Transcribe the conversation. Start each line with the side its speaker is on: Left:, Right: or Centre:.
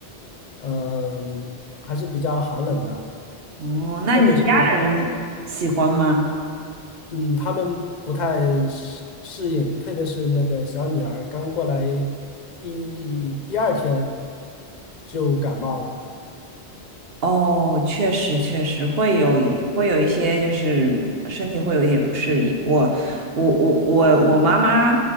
Left: 嗯，还是比较寒冷的，
Right: 哦，那你家人喜欢吗？
Left: 特别是嗯，他们不太适适应，特别是那个小女儿刚过来第第二天就感冒了，
Right: 哦，确实确实会有一会有一些，就是身体会有一点不适应。我我我我我妈妈